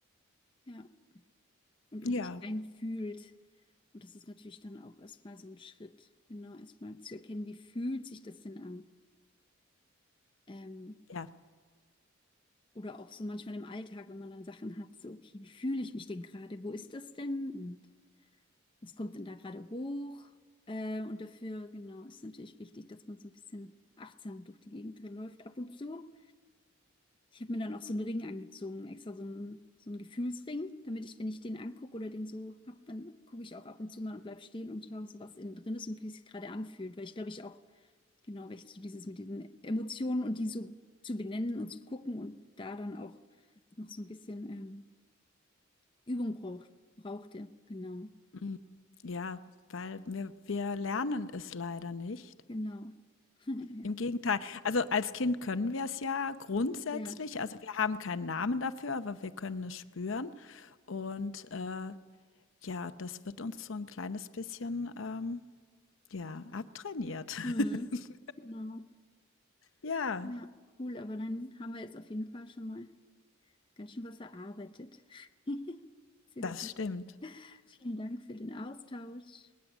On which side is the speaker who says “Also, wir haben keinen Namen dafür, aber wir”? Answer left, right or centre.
Left